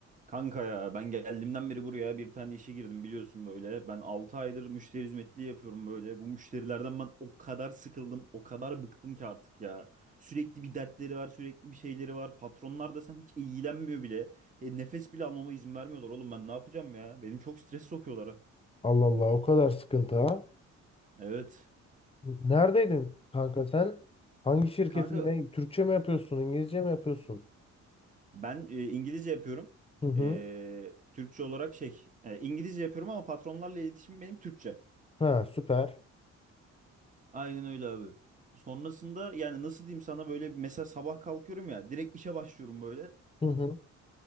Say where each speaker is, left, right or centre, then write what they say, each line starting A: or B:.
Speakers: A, on the right; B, on the left.
A: Kanka ya ben geldiğimden beri buraya bir tane işe girdim biliyorsun böyle. Ben 6 aydır müşteri hizmetliği yapıyorum böyle. Bu müşterilerden ben o kadar sıkıldım, o kadar bıktım ki artık ya. Sürekli bir dertleri var, sürekli bir şeyleri var. Patronlar da sen hiç ilgilenmiyor bile. E, nefes bile almama izin vermiyorlar oğlum ben ne yapacağım ya? Benim çok stres sokuyorlar ha.
B: Allah Allah o kadar sıkıntı ha.
A: Evet.
B: Neredeydin kanka sen? Hangi şirketin
A: Kanka
B: ne? Türkçe mi yapıyorsun? İngilizce mi yapıyorsun?
A: ben e, İngilizce yapıyorum.
B: Hı hı.
A: E, Türkçe olarak şey, e, İngilizce yapıyorum ama patronlarla iletişim benim Türkçe.
B: Ha süper.
A: Aynen öyle abi. Sonrasında yani nasıl diyeyim sana böyle mesela sabah kalkıyorum ya direkt işe başlıyorum böyle.
B: Hı hı.